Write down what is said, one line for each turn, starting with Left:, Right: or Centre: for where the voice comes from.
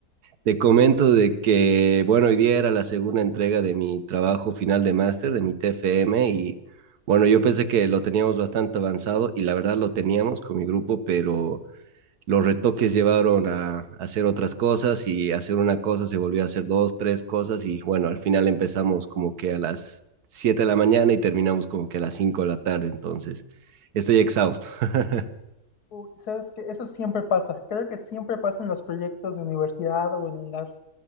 Right: Te comento de que, bueno, hoy día era la segunda entrega de mi trabajo final de máster, de mi TFM, y bueno, yo pensé que lo teníamos bastante avanzado y la verdad lo teníamos con mi grupo, pero los retoques llevaron a, a hacer otras cosas y hacer una cosa se volvió a hacer dos, tres cosas y bueno, al final empezamos como que a las 7 de la mañana y terminamos como que a las 5 de la tarde, entonces estoy exhausto. <laughs>
Left: Uy, sabes que eso siempre pasa. Creo que siempre pasa en los proyectos de universidad o en los